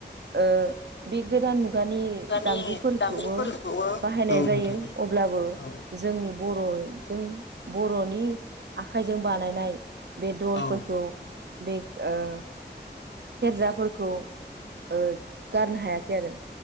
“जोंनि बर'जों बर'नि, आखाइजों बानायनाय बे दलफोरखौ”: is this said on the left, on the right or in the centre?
Right